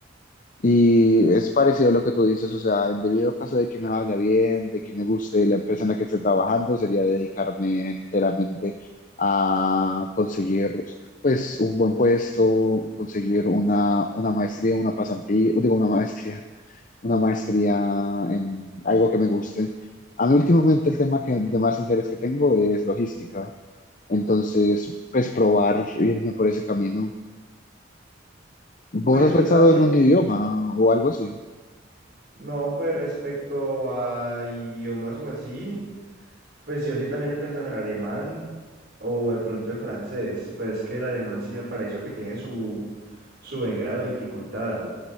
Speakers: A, on the left; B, on the right.
A: Y es parecido a lo que tú dices, o sea, en debido caso de que me vaya bien, de que me guste la empresa en la que esté trabajando, sería dedicarme enteramente a conseguir, pues, un buen puesto, conseguir una, una maestría, una pasantía, digo, una maestría, una maestría en algo que me guste. A mí últimamente el tema que, de más interés que tengo es logística, entonces, pues, probar irme por ese camino. ¿Vos
B: Pues
A: has
B: yo
A: pensado
B: también,
A: en un idioma o algo así?
B: no, pues respecto a idiomas o así, pues yo sí también he pensado en el alemán o de pronto en francés, pero es que el alemán sí me pareció que tiene su, su buen grado de dificultad.